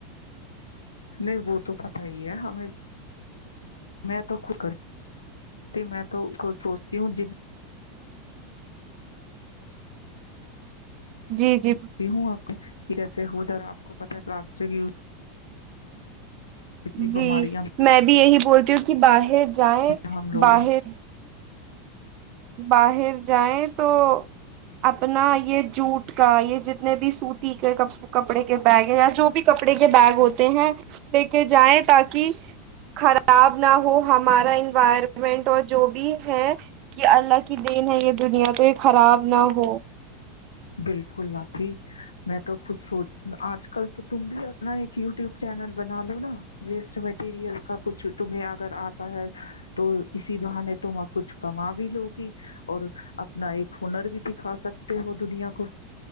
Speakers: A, on the left; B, on the right.
A: نہیں ب تو پ پی ہے ہمیں میں تو ختی میں تو خود سوچتی ہوں جن
B: جی جی
A: ہوں آپ جیسے ہو جائےا آپ کو پتا ہے پلاسٹ ی کتنی
B: جی
A: بیماریاں
B: میں بھی یہی بولتی کیوںکہ باہر جائےیں
A: ہیں ہم لوگوں
B: باہر باہر جائیں تو اپنا یہ جووٹ کا یہ جتنے بھی سوتی کے کپڑے کے بیگ ہیں یا جو بھی کپڑے کے بیگ ہوتے ہیں لے کے جائیں تاکہ خراب نہ ہو ہمارا انوائرمنٹ اور جو بھی ہے کہ اللہ کی دین ہے یہ دنیا تو یہ خراب نہ ہو
A: بالکل ن میں تو خود سوچ آج کل تو تم بھی اپنا ایک یوٹیوب چینل بنا لو نا ویسٹ مٹیریل کا کچھ تمہیں اگر آتا ہے تو اسی بہانے تم کچھ کما بھی ل گی اور اپنا ایک ہنر بھی دکھا سکتے ہو دنیا کو